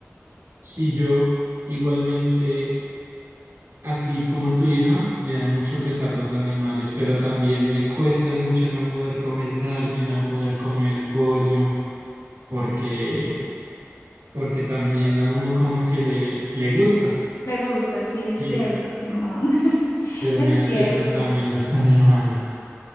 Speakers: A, on the right; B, on the left.
A: sí, yo igualmente, así como tu hija, me da mucho pesar los animales, pero también me cuesta mucho no poder comer carne, no poder comer pollo, porque porque también a uno como que le, le gusta.
B: Le gusta, sí, es
A: Sí,
B: cierto, Simón. <laughs>
A: pero
B: Es
A: me da
B: cierto.
A: pesar también los <laughs> animales.